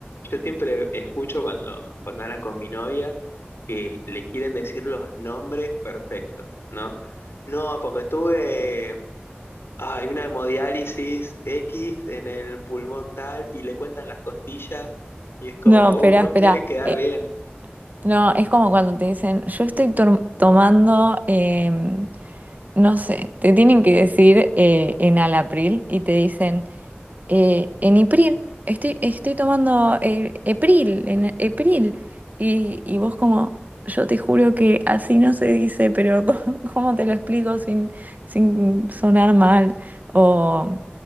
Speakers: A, on the left (about 80°); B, on the right (about 45°).
A: yo siempre escucho cuando, cuando hablan con mi novia que le quieren decir los nombres perfectos, ¿no? No, porque tuve hay una hemodiálisis X en el pulmón tal y le cuentan las costillas y es como,
B: No, espera,
A: uh,
B: espera.
A: quieren quedar
B: Eh,
A: bien.
B: no, es como cuando te dicen, yo estoy tor- tomando em, no sé, te tienen que decir eh, en Alapril y te dicen, eh, en Ipril. Estoy, estoy tomando eh, Epril, en Epril. Y, y vos como, yo te juro que así no se dice, pero <laughs> ¿cómo, cómo te lo explico sin, sin sonar mal? O,